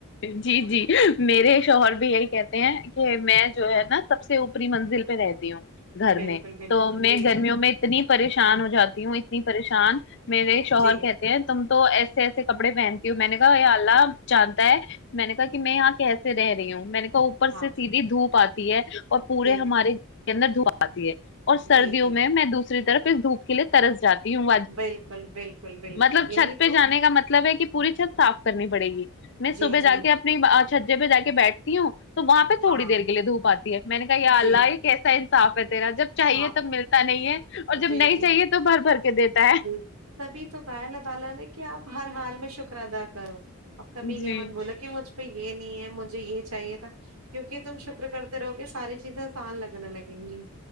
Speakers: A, on the left; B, on the right.
A: جی جی میرے شوہر بھی یہی کہتے ہیں کہ میں جو ہے نا سب سے اوپری منزل پہ رہتی ہوں گھر
B: بالکل
A: میں
B: بالکل
A: تو میں
B: جی
A: گرمیوں
B: جی
A: میں اتنی پریشان ہو جاتی ہوں اتنی پریشان میرے شوہر
B: جی
A: کہتے ہیں تم تو ایسے ایسے کپڑے پہنتی ہو میں نے کہا یا اللہ جانتا ہے میں نے کہا کہ میں یہاں کیسے رہ رہی ہوں میں نے کہا اوپر
B: ہاں
A: سے سیدھی دھوپ آتی ہے اور پورے
B: بالکل
A: ہمارے گھر کے اندر دھوپ آتی ہے اور سردیوں
B: جی جی
A: میں میں دوسری طرف اس دھوپ لیے ترس جاتی ہوں
B: بالکل بالکل بالکل
A: مطلب
B: یہی
A: چھت پہ
B: تو
A: جانے کا مطلب ہے کہ پوری چھت صاف کرنی پڑے گی میں
B: جی
A: صبح
B: جی
A: جا کے اپنی چھجے پہ جا کے بیٹھتی ہوں تو وہاں پہ تھوڑی
B: ہاں
A: دیر کے لیے دھوپ آتی ہے میں نے کہ یہ اللہ
B: جی
A: کیسا انصاف ہے تیرا جب چاہیے
B: ہاں
A: تب ملتا نہیں ہے اور جب
B: جی
A: نہیں
B: جی
A: چاہیے تو بھر بھر کے دیتا ہے
B: ب تبھی تو کہا اللہ تعال نے کہ آپ ہر حال میں شکر ادا کرو آپ کبھی یہ
A: جی
B: مت بولے کہ مجھ پہ یہ نہیں ہے مجھے یہ چاہیے تھا کیونکہ تم شکر کرتے رہو گے ساری چیزیں آسان لگنے لگیں گی